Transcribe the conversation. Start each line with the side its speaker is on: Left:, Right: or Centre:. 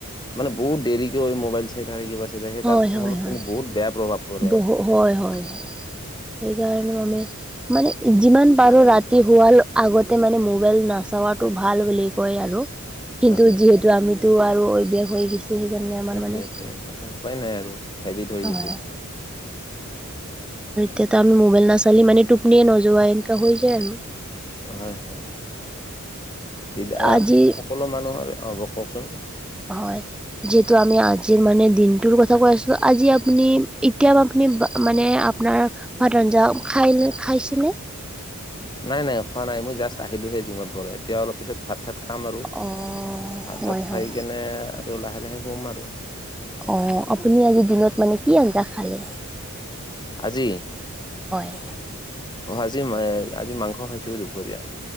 Left: মানে বহুত দেৰিকৈ মোবাইল চাই থকা কিবা চাই থাকে
Centre: হয়
Left: তাৰ ফলত
Centre: হয় হয়
Left: কিন্তু বহুত বেয়া প্ৰভাৱ পৰে
Centre: বহু
Left: এটা।
Centre: হয় হয় সেইকাৰণে মানে মানে যিমান
Left: ঠিক
Centre: পাৰো
Left: নহয়
Centre: ৰাতি
Left: বাইদেউ
Centre: শুৱাল আগতে মানে মোবাইল নাচোৱাটো ভাল বুলি কয় আৰু কিন্তু
Left: তাকে
Centre: যিহেতু আমি টো আৰু অভ্যাস হৈ গৈছে সেইকাৰণে আমাৰ
Left: সেইটোৱে
Centre: মানে
Left: <unintelligible> উপায় নাই আৰু হেবিত হৈ
Centre: হয়
Left: গৈছে এইটো তাকে।
Centre: তেতান মোবাইল নাচালি মানে টোপনিয়ে নোযোৱা এনেকা হৈ যায় আৰু।
Left: হয় হয় দিবা
Centre: আজি
Left: সকলো মানুহৰে হ'ব, কওকচোন?
Centre: হয়। যিহেতু আমি আজিৰ মানে দিনটোৰ কথা কৈ আছো। আজি আপুনি এতিয়া আপুনি বা মানে আপোনাৰ ভাত ৰাঞ্জাঅ খাইলেন খাইছেনে?
Left: নাই নাই খোৱা নাই মই জাষ্ট আহিলোহে জিমৰ পৰা, এতিয়া অলপ পিছত ভাত ঠাত খাম আৰু ভাত
Centre: অ
Left: চাত
Centre: হয় হয়
Left: খাই কেনে আৰু লাহে লাহে শুম আৰু।
Centre: অ আপুনি আজি দিনত মানে কি আঞ্জা খালে?
Left: আজি?
Centre: হয়।
Left: অ আজি মাই আজি মাংস খাইছো দুপৰীয়া।